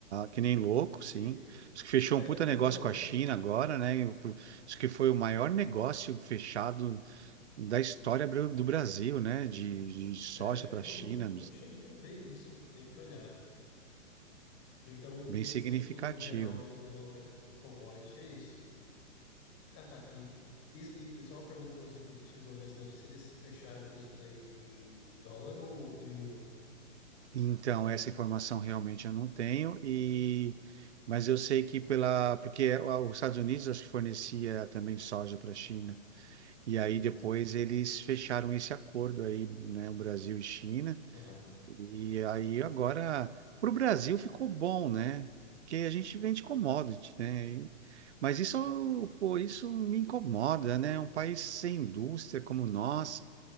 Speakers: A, on the right; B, on the left.
A: que nem louco,
B: Sim,
A: sim. Acho que fechou
B: e está
A: um puta
B: entrando
A: negócio
B: dólar.
A: com a China agora, né? E o- Acho que foi o maior negócio fechado da história bra- do Brasil, né? De, de soja
B: É,
A: para
B: não,
A: a China,
B: não, não cheguei a ver isso, eu tenho que olhar. Então,
A: bem
B: o
A: significativo.
B: ciclo do real e do dólar com commodity é isso. Ah, tá. E, e, e só uma pergunta para você que chegou a ver essa notícia: eles fecharam isso daí em, em dólar ou em yuan?
A: Então, essa informação realmente eu não tenho, e mas eu sei que pela porque é, a- os Estados Unidos acho que fornecia também soja para a China. E aí
B: Uhum,
A: depois eles fecharam esse acordo aí, né, o Brasil e China.
B: aham.
A: E aí agora para o Brasil ficou bom, né? Porque a gente vende commodity, né? E- Mas isso, pô, isso me incomoda, né? Um país sem indústria como nós,